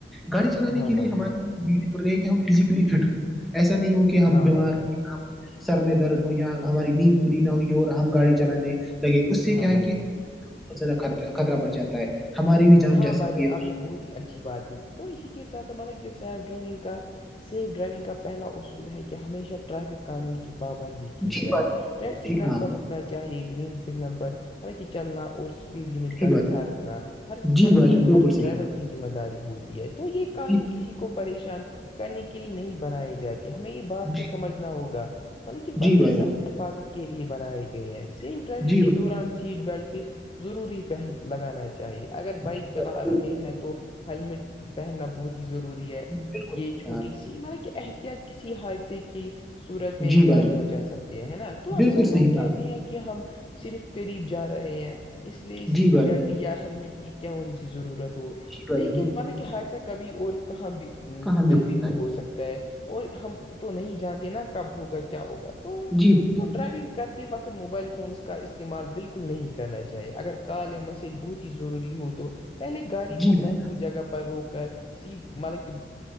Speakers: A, in the centre; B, on the left.
A: گاڑی چلانے
B: ہاں
A: کے لیے
B: بھائی جان
A: ہماریے رہی ہے کہ ہم فزیکلی فٹ ہ ایسا نہیں ہوتا کہ ہم
B: ہاں
A: بیمار
B: بھائی جان ہاں بھائی جان
A: ہو سر میں درد ہو یا ہماری نیند پوری نہ ہوئی اور ہم گاڑی چلانے لگے اس سے
B: ہاں
A: کیا
B: بھائی
A: ہے کہ
B: جان
A: زیادہ خطرہ بڑ جاتا ہے ہماری بھی
B: ہاں
A: جا
B: بھائی
A: سکتی
B: جان
A: ہے
B: آپ نے بہت ہی اچھی باتیں کی تو اسی کے س سا مطلب کہ سیف ڈرائیونگ کا سیف ڈرائیونگ کا پہلا اصول ہے کہ ہمیشہ ٹریفک قانون کی پابندی کی
A: جی
B: جائے
A: بات
B: ریڈ سگنل
A: ٹھیک ہے آپ
B: پر رکنے نا چاہیے گرین سگنل پر مطل کہ چلنا اور اسپیڈ لمٹ
A: نے،
B: کا
A: جی بات
B: خیال رکھنا ہر
A: جی
B: مطلب
A: بھائی
B: کہ
A: جان بالکل
B: ہر
A: صحیح
B: ڈرائیور کی ذمہ داری ہوتی ہے تو یہ قانون
A: جی
B: کسی کو پریشان کرنے کے لیے نہیں بنائے جاتے ہمیں یہ بات کو
A: جی
B: سمجھنا ہوگا مطلب کہ
A: جی
B: بلکہ
A: بھائی
B: سب
A: جان
B: حفاظت کے لیے بنائے گئے ہیں سیف ڈرائیونگ
A: جی
B: کے دوران سے سیٹ بیلٹ ضروری پہن لگانا چاہیے اگر بائک
A: بھائی
B: چلا
A: جان،
B: رہے ہیں تو ہیلمٹ پہننا بہت ہی ضروری ہے
A: بالکل بالکل
B: یہ
A: صحیح
B: چھوٹی
A: کہا آپ
B: سی جی مطلب کہ احتیاط کسی حادث کی سورت
A: نے۔
B: میں
A: جی
B: جان
A: بھائی
B: بچا سکتی ہے ہے نا تو اکثر
A: بالکل صحیح
B: لوگ کہتے
A: کہا آپ نے
B: ہیں کہ ہم صرف قریب جا رہے ہیں اس لیے
A: جی
B: سیٹ
A: بھائی
B: بیلٹ
A: جان
B: یا ہیللمٹ کی کہ کون سی ضرورت ہو
A: جی بھائی
B: لیکن
A: جان بالکل،
B: مطلب کہ حادثہ کبھی اور کہاں بھی
A: کہاں
B: کہیں
A: ہوتا
B: بھی ہو سکتا ہے اور ہم تو نہیں جانتے نا کب ہوگا کیا ہوگا تو
A: ہے۔ جی بھائی
B: تو
A: جان
B: ڈرائیونگ کرتے وقت موبائل فونس کا استعمال بالکل نہیں کرنا چاہیے اگر کال یا میسج بہت ہی ضروری ہو تو پہلے گاڑی
A: جی
B: کو
A: بھائی
B: محفظ جگہ پر روک کر سیٹ مطلب کی